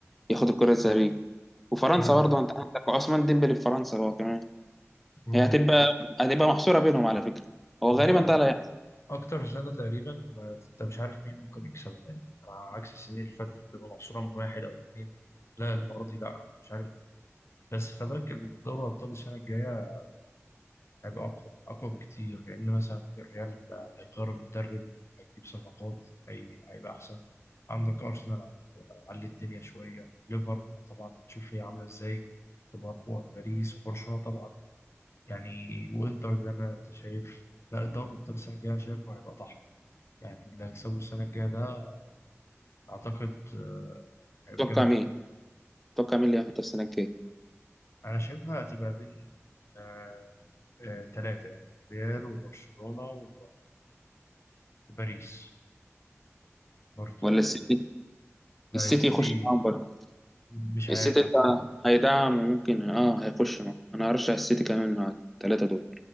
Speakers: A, in the centre; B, on the left.
A: ياخد الكرة الذهبية وفرنسا
B: لا
A: برضه أنت عندك عثمان ديمبلي في فرنسا هو كمان
B: مم.
A: هي هتبقى هتبقى محصورة بينهم على فكرة هو
B: دي
A: غالبا
B: أ-
A: ده اللي هيحصل
B: أكتر سنة تقريبا ما أنت مش عارف مين ممكن يكسبها يعني على عكس السنين اللي فاتت بتبقى محصورة من واحد أو اتنين لا المرة دي لا مش عارف مين بس خلي بالك دوري أبطال السنة الجاية هيبقى أقوى أقوى بكتير لأن مثلا الريال هيغير المدرب وهيجيب صفقات هي... هيبقى أحسن عندك أرسنال علي الدنيا شوية ليفر طبعا تشوف هي عاملة إزاي تبقى أقوى باريس وبرشلونة طبعا يعني وإنتر زي ما أنت شايف لا الدوري الأبطال السنة الجاية شايفه هيبقى طحن يعني اللي هيكسبه السنة الجاية ده أعتقد آه، هيبقى
A: تتوقع
B: جامد
A: مين
B: أوي
A: تتوقع مين اللي هياخد السنة الجاية
B: أنا شايفها هتبقى بين آه، آه، تلاتة يعني ريال وبرشلونة و- وباريس برضه
A: ولا السيتي
B: لا
A: السيتي
B: السيتي
A: يخش معاهم برضه
B: مش عارف
A: السيتي
B: انا
A: انت
B: حاسس-
A: هيدعم وممكن اه هيخش معاهم انا هرشح السيتي كمان مع الثلاثة دول